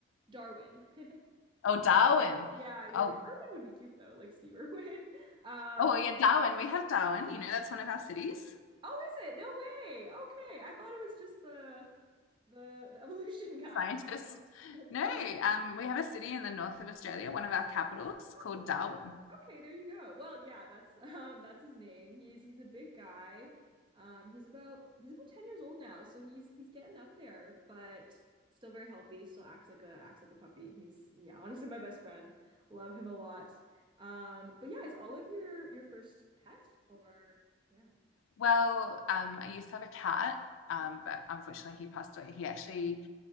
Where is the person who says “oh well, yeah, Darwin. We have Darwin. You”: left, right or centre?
Left